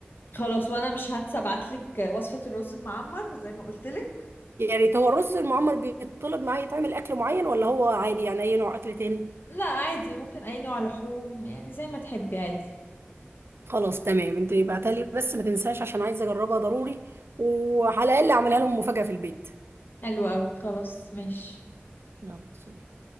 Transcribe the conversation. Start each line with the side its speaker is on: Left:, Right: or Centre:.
Left: خلاص وانا مش هنسى ابعتلك وصفة الرز المعمر زي ما قلتلك
Right: يا ريت هو الرز المعمر بيطلب معايا يتعمل اكل معين ولا هو عادي يعني اي نوع اكل تاني
Left: لا عادي ممكن اي نوع لحوم يعني زي ما تحبي عادي
Right: خلاص تمام انت ابعتها لي بس ما تنساش عشان عايزه اجربها ضروري وعلى الاقل اعملها لهم مفاجاه في البيت
Left: حلو قوي خلاص ماشي
Right: يلا سلام.